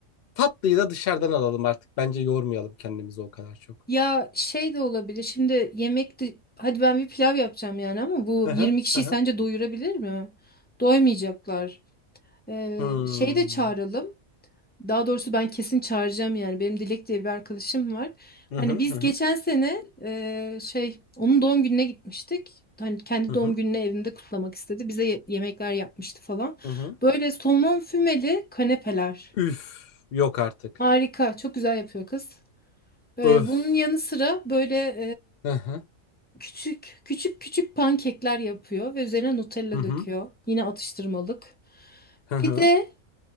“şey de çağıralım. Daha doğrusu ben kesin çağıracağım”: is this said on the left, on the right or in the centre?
Left